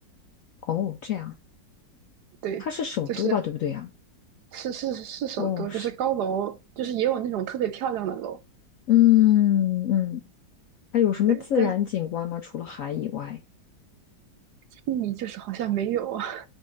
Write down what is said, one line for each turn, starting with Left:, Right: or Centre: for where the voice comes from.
Left: 哦，这样，
Right: 对，
Left: 它是首都吧，
Right: 就是
Left: 对不对呀？
Right: 是是是首都，
Left: 哦，是，
Right: 就是高楼，就是也有那种特别漂亮的楼，
Left: 嗯嗯，它有什么自然景观吗？
Right: 对，但
Left: 除了海以外？
Right: 悉尼就是好像没有。<laughs> 啊。